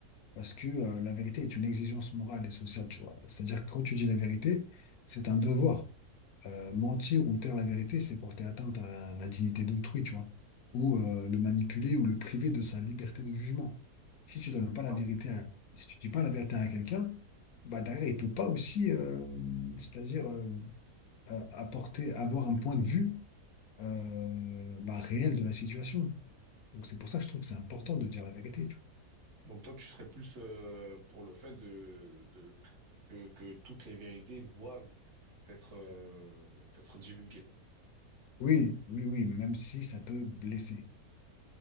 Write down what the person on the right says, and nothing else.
Ouais.
Donc toi, tu serais plus euh, pour le fait de, de que, que toutes les vérités doivent être, euh, être divulguées.